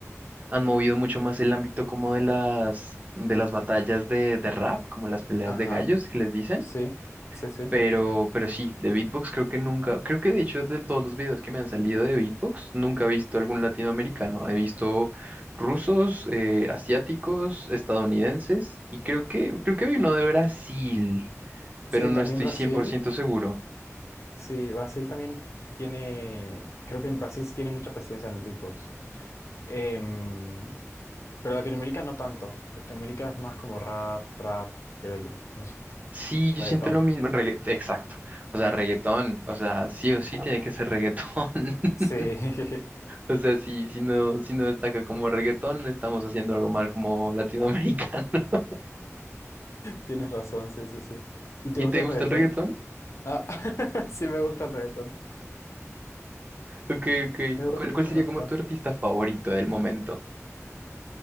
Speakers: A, on the right (about 30°); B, on the left (about 60°).
A: han movido mucho más el ámbito como de las, de las batallas de, de rap, como las peleas
B: Ajá.
A: de gallos que les dicen
B: Sí, sí, sí.
A: Pero, pero sí, de beatbox creo que nunca, creo que de hecho de todos los videos que me han salido de beatbox, nunca he visto algún latinoamericano. He visto rusos, eh, asiáticos, estadounidenses y creo que, creo que había uno de Brasil,
B: Sí,
A: pero no
B: también
A: estoy
B: Brasil.
A: cien por ciento seguro.
B: Sí, Brasil también tiene, creo que en Brasil sí tiene mucha presencia en el beatbox. Em, pero Latinoamérica no tanto. Latinoamérica es más como rap, trap, creo yo. No sé.
A: Sí, yo
B: Reggaetón.
A: siento lo mismo, regga- exacto. O sea, reggaetón, o sea, sí o sí tiene que ser reggaetón. <laughs>
B: Sí, <laughs>
A: O sea, si, si no, si no destaca como reggaetón, estamos haciendo algo mal como latinoamericano. <laughs>
B: tienes razón, sí, sí, sí. ¿Y te
A: ¿Y
B: gusta
A: te gusta
B: el reggaetón?
A: el reggaetón?
B: Ah, <laughs> sí me gusta el reggaetón.
A: Ok, ok.
B: Me gusta,
A: ¿Cuál, cuál
B: me
A: sería
B: gusta.
A: como tu artista favorito del momento?